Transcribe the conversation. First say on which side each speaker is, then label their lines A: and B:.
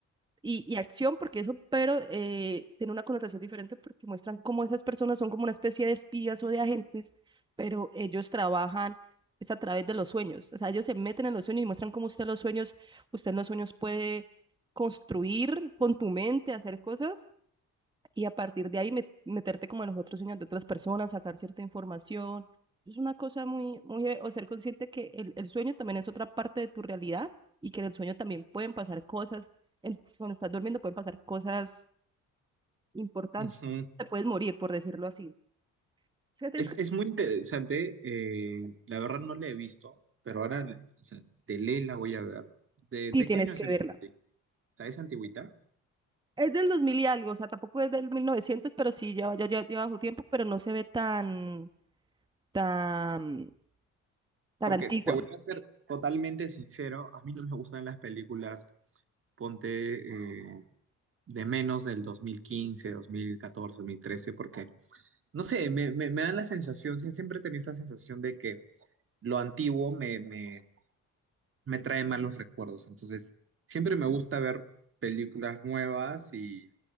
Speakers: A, on the right; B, on the right.
A: y, y acción, porque eso, pero eh, tiene una connotación diferente porque muestran cómo esas personas son como una especie de espías o de agentes, pero ellos trabajan es a través de los sueños. O sea, ellos se meten en los sueños y muestran cómo usted los sueños, usted en los sueños puede construir con tu mente, hacer cosas y a partir de ahí met- meterte como en los otros sueños de otras personas, sacar cierta información. Es una cosa muy, muy, eh, o ser consciente que el, el sueño también es otra parte de tu realidad y que en el sueño también pueden pasar cosas, en- cuando estás durmiendo pueden pasar cosas importantes,
B: Ujú.
A: te puedes morir, por decirlo así. O sea, tienes
B: Es,
A: que-
B: es muy interesante. eh, la verdad no la he visto, pero ahora o sea, de ley la voy a ver. ¿De,
A: Sí,
B: de
A: tienes
B: qué año es
A: que
B: el...
A: verla.
B: O sea, es antigüita?
A: Es del 2000 y algo, o sea, tampoco es del 1900 pero sí, ya, ya, ya lleva su tiempo, pero no se ve tan, tan, tan
B: Porque
A: antigua.
B: te voy a ser totalmente sincero, a mí no me gustan las películas, ponte, eh, de menos del dos dos mil mil quince dos mil catorce dos mil trece porque, no sé, me, me, me dan la sensación, sí, siempre he tenido esa sensación de que lo antiguo me, me, me trae malos recuerdos. Entonces, siempre me gusta ver películas nuevas y,